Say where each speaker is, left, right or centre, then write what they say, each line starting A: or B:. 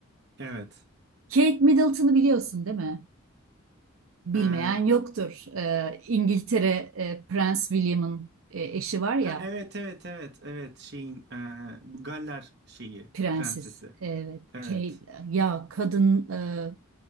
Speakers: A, on the right; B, on the right.
A: Evet.
B: Kate Middleton'ı biliyorsun değil mi? Bilmeyen
A: Ee,
B: yoktur. E, İngiltere e, Prens William'ın e, eşi var ya.
A: ha, evet evet evet evet şeyin ee, bu Galler şeyi
B: Prenses.
A: prensesi.
B: Evet.
A: Evet.
B: Kay- ya kadın e,